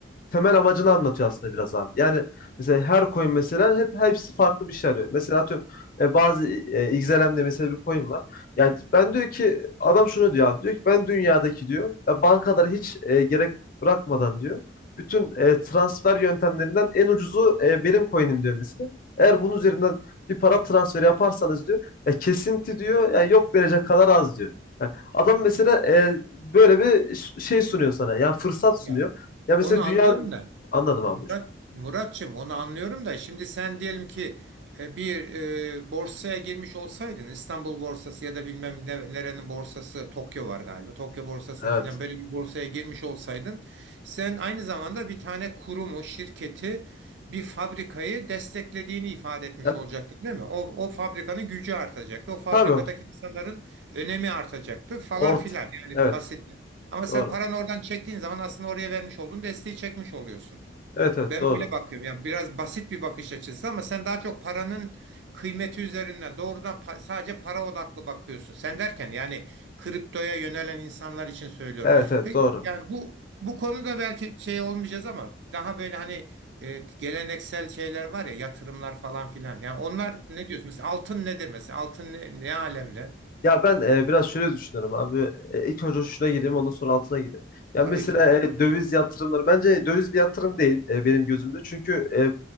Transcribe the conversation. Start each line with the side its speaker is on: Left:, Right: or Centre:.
Left: temel amacını anlatıyor aslında biraz abi. Yani mesela her coin mesela hep hepsi farklı bir şey arıyor. Mesela atıyorum e, bazı e, XLM'de mesela bir coin var. Yani ben diyor ki adam şunu diyor abi. Diyor ki ben dünyadaki diyor ya bankalara hiç e, gerek bırakmadan diyor. Bütün e, transfer yöntemlerinden en ucuzu e, benim coin'im diyor mesela. Eğer bunun üzerinden bir para transferi yaparsanız diyor ya kesinti diyor yani yok derece kadar az diyor. Yani adam mesela e, böyle bir ş- şey sunuyor sana. Yani fırsat
Right: Ya
Left: sunuyor. Ya mesela
Right: onu
Left: dünya
Right: anlıyorum da.
Left: anladım
Right: Murat,
Left: abi. buyur.
Right: Muratçım onu anlıyorum da şimdi sen diyelim ki e, bir e, borsaya girmiş olsaydın İstanbul borsası ya da bilmem ne- nerenin borsası Tokyo var galiba. Tokyo borsasına
Left: Evet.
Right: filan böyle bir borsaya girmiş olsaydın sen aynı zamanda bir tane kurumu, şirketi, bir fabrikayı desteklediğini ifade etmiş
Left: Ya
Right: olacaktın değil mi? O, o fabrikanın gücü artacaktı. O fabrikadaki
Left: tabii
Right: insanların önemi artacaktı falan
Left: ort.
Right: filan yani
Left: Evet.
Right: basit. Ama
Left: Doğru.
Right: sen paranı oradan çektiğin zaman aslında oraya vermiş olduğun desteği çekmiş oluyorsun.
Left: Evet evet
Right: Ben
Left: doğru.
Right: böyle bakıyorum. Yani biraz basit bir bakış açısı ama sen daha çok paranın kıymeti üzerinden doğrudan pa- sadece para odaklı bakıyorsun. Sen derken yani kriptoya yönelen insanlar için söylüyorum.
Left: Evet evet
Right: Peki
Left: doğru.
Right: yani bu bu konuda belki şey olmayacağız ama daha böyle hani e, geleneksel şeyler var ya yatırımlar falan filan. Yani onlar ne diyorsun? Mesela altın nedir mesela? Altın ne, ne alemde?
Left: Ya ben e, biraz şöyle düşünüyorum abi. E, ilk önce şuna gireyim ondan sonra altına gireyim. Ya
Right: Tabii
Left: mesela
Right: ki.
Left: e, döviz yatırımları bence döviz bir yatırım değil e, benim gözümde. Çünkü e,